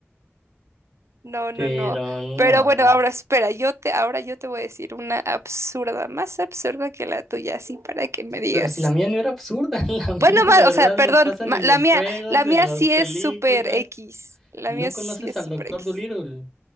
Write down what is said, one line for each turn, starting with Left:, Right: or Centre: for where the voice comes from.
Right: No,
Centre: pero
Right: no, no.
Centre: no.
Right: Pero bueno, ahora espera, yo te, ahora yo te voy a decir una absurda, más absurda que la tuya, así para que me digas.
Centre: Pero si la mía no era absurda, <laughs> la
Right: Bueno,
Centre: mía de
Right: ma-
Centre: verdad
Right: o sea, perdón,
Centre: lo pasan
Right: ma-
Centre: en
Right: la
Centre: los
Right: mía,
Centre: juegos,
Right: la mía
Centre: en las
Right: sí
Centre: películas.
Right: es super X. La
Centre: No
Right: mía
Centre: conoces
Right: sí es
Centre: al
Right: super
Centre: Doctor
Right: X.
Centre: Dolittle.